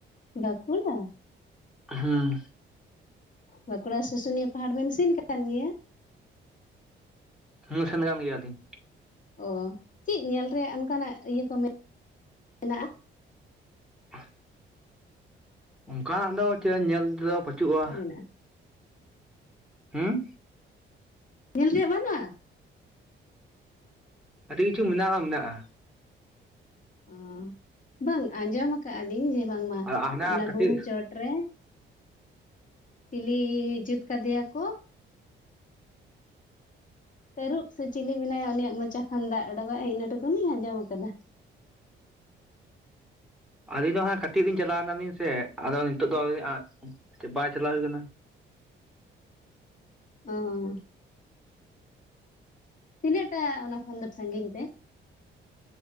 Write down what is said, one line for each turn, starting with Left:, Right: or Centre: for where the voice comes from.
Left: ᱵᱟᱸᱠᱩᱲᱟ
Centre: ᱦᱮᱸ
Left: ᱵᱟᱸᱠᱩᱲᱟ ᱥᱩᱥᱩᱱᱤᱭᱟᱹ ᱯᱟᱦᱟᱲ ᱵᱮᱱ ᱥᱤᱱ ᱟᱠᱟᱱ ᱜᱮᱭᱟ?
Centre: ᱦᱩᱸ ᱥᱮᱱ ᱠᱟᱱ ᱜᱮᱭᱟᱞᱤᱧ ᱾
Left: ᱚ, ᱪᱮᱫ ᱧᱮᱞ ᱨᱮᱭᱟᱜ ᱚᱱᱠᱟᱱᱟᱜ ᱤᱭᱟᱹ ᱠᱚ ᱢᱮᱱᱟᱜᱼᱟ?
Centre: <unintelligible> ᱚᱱᱠᱟᱱᱟᱜ ᱫᱚ ᱪᱮᱫ ᱧᱮᱞ ᱛᱮᱫᱚ ᱯᱟᱹᱪᱩᱜᱼᱟ᱾
Left: ᱠᱚ ᱢᱮᱱᱟᱜᱼᱟ
Centre: ᱦᱩᱸ
Left: ᱧᱮᱞ ᱨᱮᱭᱟᱜ ᱵᱟᱹᱱᱩᱜᱼᱟ?
Centre: ᱟᱹᱰᱤ ᱠᱤᱪᱷᱩ ᱢᱮᱱᱟᱜᱼᱟ ᱢᱮᱱᱟᱜᱼᱟ᱾
Left: ᱚ ᱵᱟᱝ ᱟᱸᱡᱚᱢ ᱟᱠᱟᱫ ᱟᱞᱤᱧ ᱡᱮ ᱵᱟᱝᱢᱟ
Centre: ᱟᱨ ᱦᱟᱱᱟ
Left: ᱚᱱᱟ
Centre: ᱠᱟᱹᱴᱤᱡ
Left: ᱵᱩᱨᱩ ᱪᱚᱴ ᱨᱮ ᱪᱤᱞᱤ ᱡᱩᱛ ᱟᱠᱟᱫᱮᱭᱟ ᱠᱚ? ᱛᱟᱹᱨᱩᱵ ᱥᱮ ᱪᱤᱞᱤ ᱢᱮᱱᱟᱭᱟ ᱩᱱᱤᱭᱟᱜ ᱢᱚᱪᱟ ᱠᱷᱚᱱ ᱫᱟᱜ ᱚᱰᱚᱠᱚᱜᱼᱟ ᱤᱱᱟᱹ ᱴᱩᱠᱩᱞᱤᱧ ᱟᱸᱡᱚᱢ ᱟᱠᱟᱫᱟ᱾
Centre: ᱟᱹᱞᱤᱧ ᱫᱚ ᱦᱟᱸᱜ ᱠᱟᱹᱴᱤᱡ ᱞᱤᱧ ᱪᱟᱞᱟᱣ ᱞᱮᱱᱟᱞᱤᱧ ᱥᱮ ᱟᱫᱚ ᱱᱤᱛᱚᱜ ᱫᱚ ᱟᱸ ᱵᱟᱭ ᱪᱟᱞᱟᱣ ᱦᱩᱭ ᱠᱟᱱᱟ᱾
Left: ᱚ ᱛᱤᱱᱟᱹᱜ ᱴᱟᱜ ᱚᱱᱟ ᱠᱷᱚᱱ ᱫᱚ ᱥᱟᱺᱜᱤᱧ ᱛᱮ?